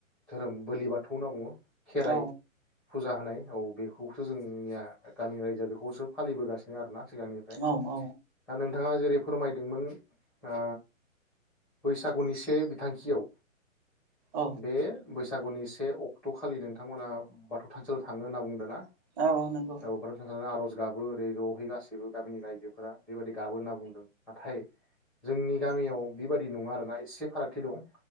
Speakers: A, in the centre; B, on the right.
A: धोरोम बोलि बाथौ होनना बुङो खेराइ
B: औ
A: फुजा होनाय औ बेखौसो जों निया गामि रायजोआ बेखौसो फालिबोगासिनो आरो ना सिगांनिफ्राय
B: औ औ
A: दा नों थाङा जेरै फोरमायदोंमोन आ बैसागुनि से बिथांखियाव
B: औ
A: बे बोस सागुनि से अक्ट' खालि नोंथांमोना बाथौ थानसालिआव थाङो होनना बुंदों ना
B: औ नंगौ
A: <unintelligible> आरज जु गाबो ओरै ज आवहाय गासैबो गामिनि रायजोफोरा बेबायदि गाबो होनना बुंदों नाथाय जोंनि गामियाव बेबायदि नङा आरोना एसे फारागथि दं